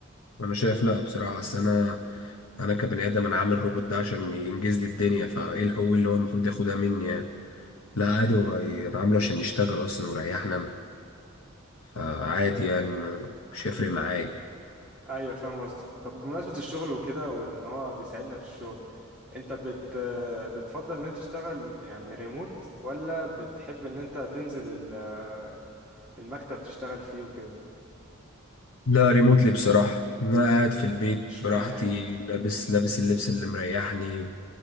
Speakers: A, on the left; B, in the centre.
A: انا شايف لا بصراحه اصل انا انا كبني ادم انا عامل روبوت ده عشان ينجز لي الدنيا فايه الحقوق اللي هو المفروض ياخدها مني يعني لا عادي هو ي- انا عامله عشان يشتغل اصلا ويريحني انا فعادي يعني ما مش هيفرق معايا
B: ايوه فاهم قصدك طب بمناسبة الشغل وكده وان هو بيساعدنا في الشغل انت بت بتفضل ان انت تشتغل يعني ريموت ولا بتحب ان انت تنزل ال- المكتب تشتغل فيه وكده
A: لا ريموتلي بصراحه انا قاعد في البيت
B: اشمعنى
A: براحتي
B: يعني
A: لابس لابس اللبس اللي مريحني